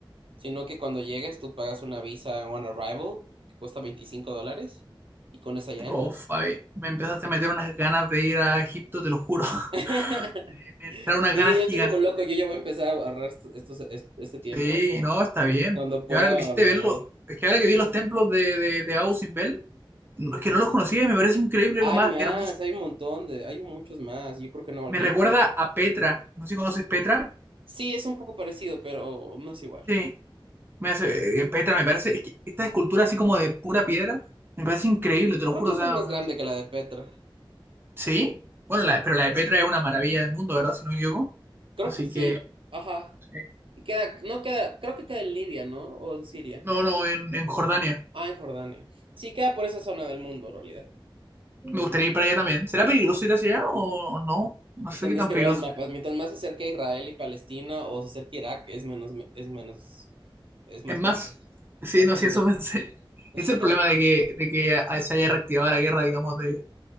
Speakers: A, on the right (about 80°); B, on the right (about 25°).
A: sino que cuando llegues tú pagas una visa on arrival que cuesta 25 dólares y con esa ya entras.
B: Oh, Fabi, me empezaste a meter unas ganas de ir a Egipto, te lo juro. <laughs>
A: <laughs>
B: Me entraron unas
A: Sí,
B: ganas
A: yo
B: gigantes.
A: estoy como loco, yo ya voy a empezar a agarrar estos, estos- est- este tiempo
B: Sí, no, está
A: y
B: bien.
A: cuando pueda
B: Y ahora que me hiciste
A: me
B: verlo,
A: voy.
B: es que ahora que vi los templos de, de, de Abu Simbel, no- es que no los conocía y me parece increíble
A: Hay
B: lo más
A: más,
B: hermoso.
A: hay un montón de, hay muchos más, yo creo que no.
B: Me
A: lleg-
B: recuerda a Petra. No sé si conoces Petra.
A: Sí, es un poco parecido, pero no es igual.
B: Sí, me hace, eh, Petra me parece, es que esta escultura así como de pura piedra, me parece increíble, te lo
A: Creo
B: juro.
A: que esta
B: O sea,
A: es más
B: me-
A: grande que la de Petra.
B: sí, bueno,
A: Sí,
B: la, pero la de Petra es una maravilla del mundo, ¿verdad? Si no me equivoco.
A: creo
B: Así
A: que sí,
B: que,
A: ajá.
B: sí.
A: Y queda, no queda, creo que queda en Libia, ¿no? O en Siria.
B: no, no, en, en Jordania.
A: Ah, en Jordania. Sí, queda por esa zona del mundo, en realidad.
B: Me gustaría ir para allá también. ¿Será peligroso ir hacia allá o, o no? No sé
A: Tendrás
B: qué tan
A: que
B: peligroso
A: ver el mapa. Mientras más se acerque a Israel y Palestina o se acerque a Irak, es menos, es menos, es más
B: Es más,
A: peligroso.
B: sí,
A: Más
B: no,
A: peligroso.
B: sí, eso <laughs> pensé. Es
A: Sí.
B: el problema de que, de que a- se haya reactivado la guerra, digamos, de,